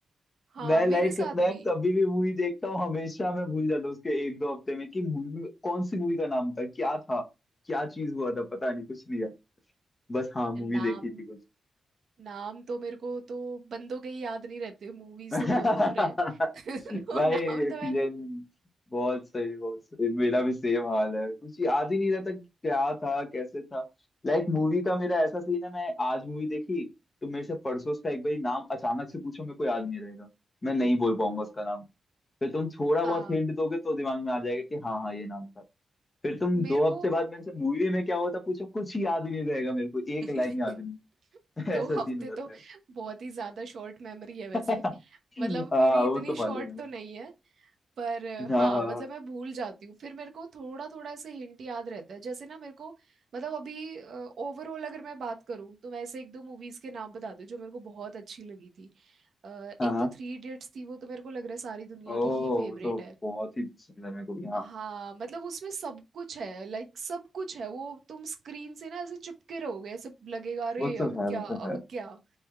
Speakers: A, on the right; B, on the left.
A: हाँ
B: मैं
A: मेरे
B: लाइक
A: साथ
B: मैं
A: भी
B: कभी भी मूवी देखता हूँ हमेशा मैं भूल जाता हूँ उसके एक दो हफ्ते में कि मूवी में कौन सी मूवी का नाम था क्या था क्या चीज हुआ था पता नहीं कुछ नहीं यार बस हाँ मूवी
A: नाम
B: देखी थी
A: नाम तो मेरे को तो बंदों के ही याद नहीं रहते मूवीज
B: <laughs> भाई
A: तो बहुत दूर है <laughs> तो नाम तो
B: किशन
A: मैं
B: बहुत सही बहुत सही मेरा भी सेम हाल है कुछ याद ही नहीं रहता कि क्या था कैसे था लाइक मूवी का मेरा ऐसा सीन है मैं आज मूवी देखी तो मेरे से परसों उसका एक बार नाम अचानक से पूछो मेरे को याद नहीं रहेगा मैं नहीं बोल पाऊंगा उसका नाम फिर तुम थोड़ा बहुत
A: हाँ
B: हिंट दोगे तो दिमाग में आ जाएगा कि हाँ हाँ ये नाम था फिर तुम
A: मेरे
B: दो हफ्ते
A: को
B: बाद मेरे से मूवी में क्या हुआ था पूछो कुछ ही याद ही नहीं रहेगा मेरे को एक
A: <laughs>
B: लाइन याद
A: <laughs>
B: नहीं
A: दो
B: <laughs> ऐसा
A: हफ्ते
B: सीन हो जाता
A: तो
B: है
A: बहुत ही ज्यादा शॉर्ट मेमोरी है वैसे
B: <laughs>
A: मतलब
B: हाँ
A: मेरी
B: वो
A: इतनी
B: तो मालूम
A: शॉर्ट
B: है
A: तो नहीं है पर अ,
B: हाँ
A: हाँ
B: हाँ
A: मतलब
B: हाँ।
A: मैं भूल जाती हूँ फिर मेरे को थोड़ा थोड़ा ऐसे हिंट याद रहता है जैसे ना मेरे को मतलब अभी ओवरऑल अगर मैं बात करूँ तो मैं ऐसे एक दो मूवीज के नाम बताती हूँ जो मेरे को बहुत अच्छी लगी थी अ,
B: हाँ
A: एक
B: हाँ
A: तो थ्री इडियट्स थी वो तो मेरे को लग रहा है सारी दुनिया
B: ओह
A: की ही फेवरेट
B: वो तो
A: है
B: बहुत ही पसंद है मेरे को भी हाँ
A: हाँ मतलब उसमें सब कुछ है लाइक सब कुछ है वो तुम स्क्रीन से ना ऐसे चिपके रहोगे ऐसे लगेगा अरे
B: वो
A: अब
B: तो है
A: क्या
B: वो
A: अब
B: तो है
A: क्या